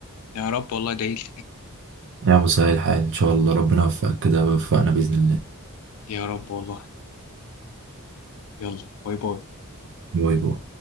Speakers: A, on the left (about 70°); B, on the right (about 55°).
A: يا رب والله ادعي لي
B: يا مساء الحال ان شاء الله ربنا يوفقك كده ويوفقنا باذن الله
A: <laughs> يا رب والله يلا باي باي
B: باي باي